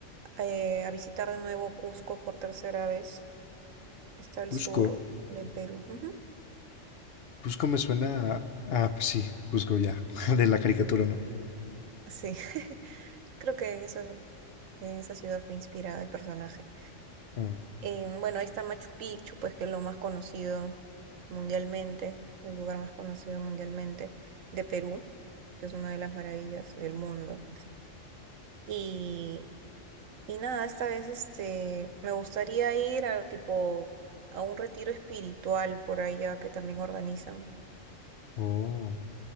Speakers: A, on the right (about 85°); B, on the left (about 55°).
A: eh, a visitar de nuevo Cusco por tercera vez. Está al
B: Cusco.
A: sur del Perú. Ujú.
B: Cusco me suena a... Ah, pues sí, Cusco ya, <laughs> de la caricatura, ¿no?
A: Sí. <laughs> Creo que en eso. Eh, Esa ciudad fue inspirada el personaje.
B: Oh,
A: Eh, bueno, ahí está Machu Picchu, pues que es lo más conocido mundialmente, el lugar más conocido mundialmente de Perú, que es una de las maravillas del mundo. Y, y nada, esta vez este, me gustaría ir a tipo a un retiro espiritual por allá que también organizan.
B: oh.